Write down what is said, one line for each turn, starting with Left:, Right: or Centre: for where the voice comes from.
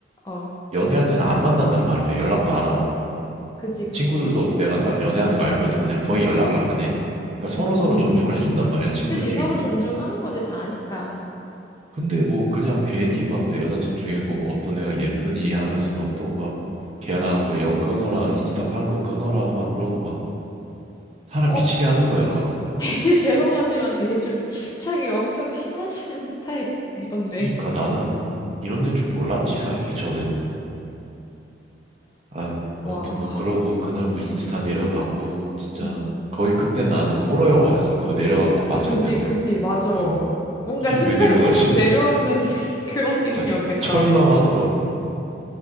Left: 어,
Right: 연애할 때는 안 만난단 말이야. 연락도 안 하고.
Left: 그지, 그지,
Right: 친구들도
Left: 맞아.
Right: 내가 딱 연애하는
Left: 음,
Right: 거 알면은 그냥 거의 연락을 안 해. 그러니까 서로서로
Left: 음.
Right: 존중을 해준단 말이야, 친구들끼리도.
Left: 그지, 서로 존중하는 거지, 다 아니까.
Right: 근데 뭐 그냥 괜히 막 내 여사친 중에 뭐 어떤 애가 예쁘니 하면서 막 또 막 걔랑 뭐 연 끊어라, 인스타 팔로우 끊어라 막 그러고 막 사람
Left: 어,
Right: 미치게 하는 거야.
Left: 되게 <laughs> 죄송하지만 되게 좀 집착이 엄청 심하신 <laughs> 스타일이네, 언니.
Right: 그러니까 나는 이런 데인 줄 몰랐지, 사귀기 전엔. 아유, 아무튼
Left: 와,
Right: 뭐 그러고 그날 뭐 인스타 내려가고 진짜
Left: 음.
Right: 거의 그때 나는 호러 영화였어. 그 내려간 거 봤을
Left: 그지,
Right: 때는.
Left: 그지, 맞아.
Right: 어.
Left: 뭔가
Right: 이게
Left: 심장이
Right: 왜 내려가지?
Left: 쿵 내려앉는 <laughs> 그런 기분이었겠다.
Right: 진짜 철렁하더라고.